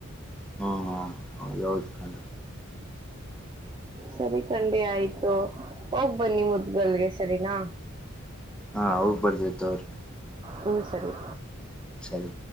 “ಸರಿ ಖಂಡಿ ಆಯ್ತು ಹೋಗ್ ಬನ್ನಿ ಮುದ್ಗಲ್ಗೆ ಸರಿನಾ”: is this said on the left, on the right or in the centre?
Right